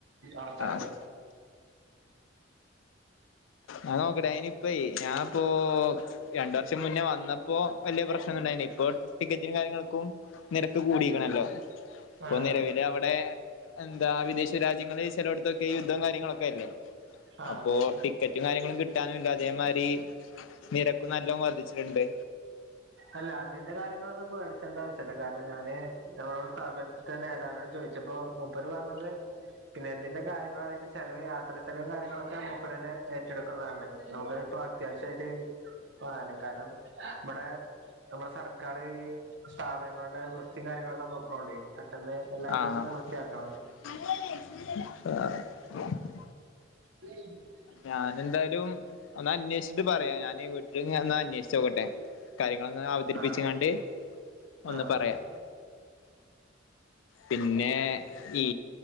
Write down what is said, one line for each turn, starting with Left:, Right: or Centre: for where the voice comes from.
Right: അവസരള്ളത്
Left: ആഹ് ആഹ് നോക്കട്ടെ അയിനിപ്പേ ഞാന് ഇപ്പോ രണ്ടു വർഷം മുന്നേ വന്നപ്പോ വലിയ പ്രശ്നൊന്നുണ്ടായിരുന്നില്ല ഇപ്പൊ ടിക്കറ്റിനും കാര്യങ്ങൾക്കും നിരക്ക് കൂടിക്കണല്ലോ ഇപ്പൊ
Right: ആഹ്
Left: നിലവില് അവിടെ എന്താ വിദേശ രാജ്യങ്ങളിൽ ചെലോട്ത്തൊക്കെ യുദ്ധം കാര്യങ്ങളൊക്കെ അല്ലേ
Right: ആഹ്
Left: അപ്പോ ടിക്കറ്റും കാര്യങ്ങളും കിട്ടാനുല്ല അതേമാതിരി നിരക്കും നല്ലോം വർദ്ധിച്ചിട്ടുണ്ട്
Right: അല്ല അതിന്റെ കാര്യങ്ങളൊന്നും പേടിച്ചേണ്ട ആവശ്യല്ല കാരണം ഞാന് നമ്മളുടെ സ്ഥാപനത്തിതെ നേതാവിനോട് ചോദിച്ച പ്പോ മുപ്പര് പറഞ്ഞത് പിന്നെ ഇതിന്റെ കാര്യങ്ങൾ അതിന്റെ ചെലവും യാത്ര ചെലവും കാര്യങ്ങളൊക്കെ മൂപ്പരന്നെ ഏറ്റെടുക്കും പറഞ്ഞി നമുക്ക് ഇപ്പ അത്യാവിശ്യായിട്ട് <unintelligible> കാരണം ഇവിടെ നമ്മളെ സർക്കാർ സ്ഥാപനങ്ങളുടെ വൃത്തിയും കാര്യങ്ങളൊക്കെ നോക്കണോണ്ട് പെട്ടെന്ന് എല്ലാ
Left: ആഹ്
Right: ദിവസവും വൃത്തിയാക്കണം <inaudible>
Left: ഞാൻ എന്തായാലും ഒന്ന് അന്വേഷിച്ചിട്ട് പറയാ ഞാൻ വീട്ടില് ഇങ്ങനെ അന്വേഷിച്ച് നോക്കട്ടെ കാര്യങ്ങളൊന്ന് അവതരിപ്പിച്ച്കാണ്ട്
Right: ആഹ്
Left: ഒന്ന്
Right: ആഹ്
Left: പറയാ പിന്നെ ഈ